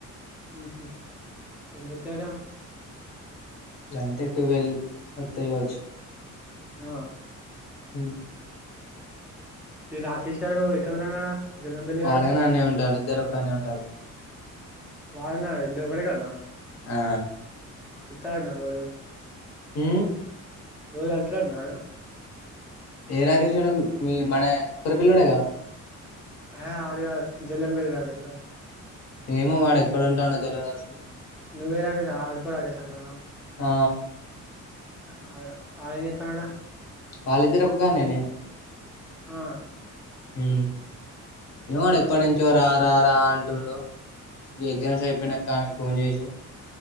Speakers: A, in the centre; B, on the left (about 55°).
A: ఉహ్ ఎంతకడా
B: ఎంతే టువెల్ వత్తాయి కావచ్చు
A: ఆ
B: ఉ
A: రాకేష్ ఆడు ఎతే ఉన్నాడా జల్లంపల్లి
B: వాడైనా
A: గాడు
B: అనే ఉంటాడు ఇద్దరు ఒక్కనే ఉంటలు
A: వాళనాడు ఇద్దరూ ఒకడ కాన్నా
B: ఆ
A: కతారుడా రోజ
B: ఉ
A: రోజ వెల్త నాడు
B: ఏ రాకష్డ మన ఉరి పిల్లడేగా
A: హే అడు కాదు జలం గిరి రాకేష్ గాడు
B: ఏమో వాడు ఎక్కడ ఉంటాడో తెలియదు అసలు
A: నువ్వే రాకేశ ఎళ్ళిపో రాకేష్ అన్న
B: ఆ
A: ఆ ఆయ ఏం జేత్తాండట.
B: వాళ్ళిద్దర్ ఒక కాన్నెనే
A: ఆ
B: మ్ మీ వోడ్ ఎప్పట్ నుంచో రా రా రా అంటుండు. ఈ ఎగ్జామ్స్ అయిపోయినంక ఆనికి ఫోన్ చేసి